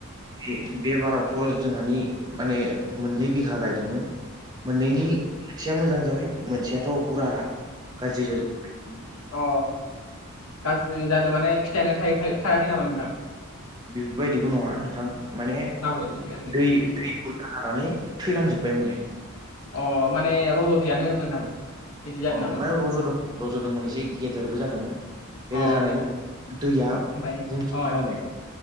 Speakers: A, on the right (about 20°); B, on the left (about 75°).
A: बे बे बारावथ' जोंहानि माने मोननै बिघा गायदोंमोन। मोननैनि मोनसेया मोजां जाबाय मोनसेयाथ' बुरा गाज्रि जाजोब
B: अ गाज्रि जादों माने फिथाइआनो थ थायाखै नामा नोंथां
A: बेफोरबायदिबो नङा नोंथां माने
B: माबायदि गाज्रि?
A: दै
B: उम,
A: दै जानानै थैलांजोब्बाय माने
B: अ माने रज'दियानो नोंथां बिदि जादों
A: अ
B: नामा?
A: ओमफ्राय रज'दों रज'दोंमोन एसे गेदेरबो जादोंमोन गेदेर
B: अ
A: जानायनि दैया बुंजोबबाय
B: ओमफ्राय अ
A: माने